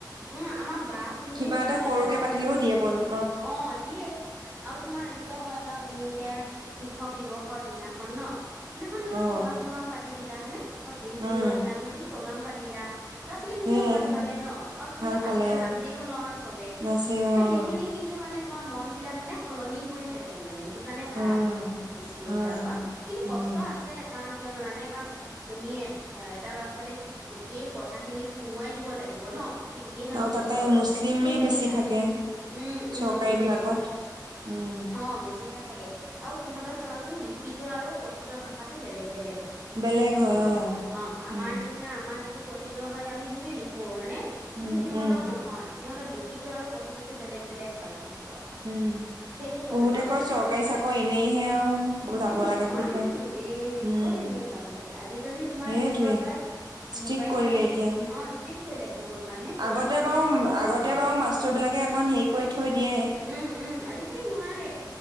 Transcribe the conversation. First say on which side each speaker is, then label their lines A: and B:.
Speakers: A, on the right; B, on the right.
A: উম আমাৰ বা ভন্টিয়ে
B: কিবা
A: মোক
B: এটা
A: এইটোকে
B: সৰুকে
A: বেয়া পায়
B: পাতিলেও দিয়ে বন্ধ
A: অ দিয়েই আৰু তোমাৰ এনেকোৱা হয় ন তুমি এতিয়া শিক্ষক দিৱসৰ দিনাখন ন সদিনাখন ধৰি লক
B: অ',
A: প্ৰগ্ৰাম চগ্ৰাম পাতি দিলা হয়নে আকৌ বিশ বি
B: উম,
A: জুনৰ দিনাখন তুমি প্ৰগাম পাতি দিলা ল'ৰা ছোৱালী খিনিও
B: সেইয়াই
A: ভাল পালে ন আৰু তেনেকে
B: ভাল
A: পাতিলে
B: পালে অ',
A: নাচিও নহয় চবে
B: নাচে
A: তে
B: অ',
A: সেইখিনি কিন্তু মানে তোমাৰ মনবিলাক মানে সলনি হৈ থাকে মানে সেইটো সেইটো কাৰণে ভাল
B: অ',
A: স্কুল
B: হয়,
A: বিলাকত
B: হয়,
A: কিন্তু কষ্ট
B: উম।
A: আছে কাৰণ কিয় জানানে কাৰণ তুমি এটা ল'ৰা ছোৱালীক গোটেই কথাখিনি সোমোৱাই দিব লাগিব ন সি তেতিয়াহে
B: আৰু
A: বুজি
B: তাতে
A: পাব
B: মুছলিমে
A: সেইখিনি
B: বেছি
A: টান
B: থাকে
A: উম উম
B: চৰকাৰী বিলাকত
A: সেইটোৱে
B: উম
A: অ বেছি ভাগ থাকে আৰু সিহঁতৰ চাবাচোন লিখিত আৰু কথিত ভাষাটো বেলেগ বেলেগ
B: বেলেগ
A: সিহতৰ
B: হয়
A: অ আমাৰ
B: উম
A: নিচিনা আমাৰ যি টো কঠিত হয় আমি সেইটোয়ে লিখোও হয়নে কিন্তু
B: উম
A: সিহঁতৰ
B: উম
A: নহয় সিহঁতৰ লিখিত আৰু কথিততো বেলেগ, বেলেগ হয়, সিহঁতৰ
B: উম
A: সেইটো প্ৰব্লেম
B: বহুতে
A: হয়,
B: কয়
A: সিহঁতে
B: চৰকাৰী চাকৰি এনেইহে আৰু যাব
A: এ, নহয়
B: লাগে বুলি কয়
A: এই
B: উম
A: ক'ত এনে যাব লাগে আজিকালি তোমাৰ
B: সেইটোৱে
A: এনেকুৱা হয়,
B: ষ্ট্ৰিক
A: মোবাইল
B: কৰিলে
A: মানে কি
B: এতিয়া
A: অ', ষ্ট্ৰিক কৰিলে বহুত মানুহে কয়হে
B: আগতে বাৰু,
A: যিকোনো চাকৰিয়ে
B: আগতে বাৰু মাষ্টৰ বিলাকে অকন হেৰি কৰি থৈ দিয়ে।
A: উম, উম, আজিকালি নোৱাৰে